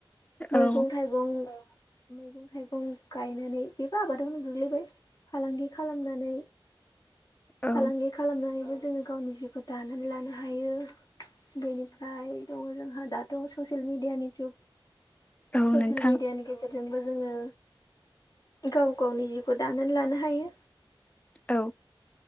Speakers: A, on the left (about 45°); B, on the left (about 15°).
A: मैगं
B: औ
A: थाइगं मैगं थाइगं गायनानै बेबो आबादावनो गोग्लैबाय। फालांगि खालामनानै
B: औ
A: फालांगि खालामनानैबो जोङो गावनि जिउ दानानै लानो हायो बेनिफ्राय दङ जोंहा दाथ' ससियेल मेडियानि जुग।
B: औ
A: ससियेल
B: नोंथां
A: मिडियानि गेजेरजोंबो जोङो गाव गावनि जिउखौ दानानै लानो हायो।
B: औ